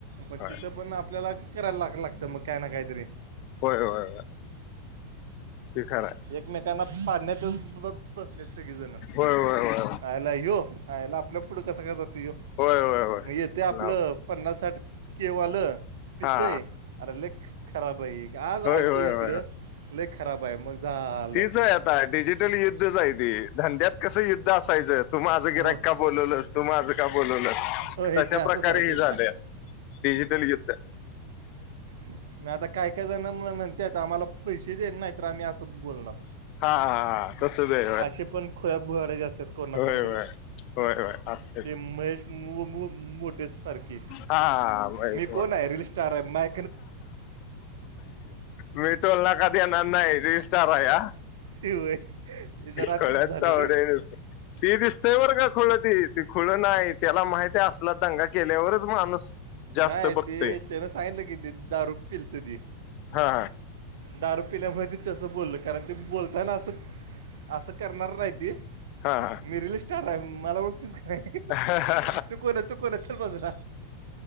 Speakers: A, on the right; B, on the left.
A: पण
B: होय
A: तिथं पण आपल्याला करायला लाग लागत मग काय ना कायत रे
B: होय होय हे खरं आहे.
A: एकमेकांना पाडण्यातच बाबा बसलेत सगळी जण
B: होय होय होय
A: काय यो आला आपल्यापुढं कसं काय?
B: होय होय होय
A: मग येतय आपलं
B: लाव
A: पन्नास, साठ के वालं पितय.
B: हा
A: अरे लेक खराब आहे आज
B: होय
A: आलतो
B: होय
A: इकडं
B: होय
A: लेक खराब आहे मग. झालं
B: तीच आहे आता, डिजिटल युद्धच आहे ते धंद्यात कस युद्ध असायचं तु माझं
A: हो-
B: गिरायक काप बोलवलं तू माझं का बोलवलं.
A: होय
B: तशा
A: ते असंच
B: प्रकारे
A: आहे ते
B: ह झाले डिजिटल युद्ध
A: नाही आता काय काय जाण मला म्हणते आम्हाला पैसे देेत नाही तर आम्ही असं बोलणार.
B: हा हा हा तस होय
A: असे पण खुऱ बुहार्या जा असतात कोण
B: होय
A: ना कोणतरी
B: होय होय होय असते
A: ते महेश मो मो मोठे सारके
B: हा
A: मी कोण आहे रिलेश त्या मॅ
B: मी तोला कधी येणार नाही रिस्तार या
A: होय हे जरा
B: खणाच
A: तीच झालं
B: आवड
A: रे
B: आहे नसत ती दिसते बरं का खुळ ती ती खुळ नाही त्याला माहिती असल दंगा केल्यावरच माणूस जास्त
A: नाही
B: बघतोय
A: ती त्यान सांगितलं कि ते दहा रुपलत ती
B: हा
A: दारू पिल्यामुळे ते तसं बोलल कारण ते बोलतायना असं असं करणार नाहीती
B: हा हां
A: मी रिल स्टार आहे मला वस्तीच का नाही
B: हा
A: तू कोण तू कोण चल बाजूला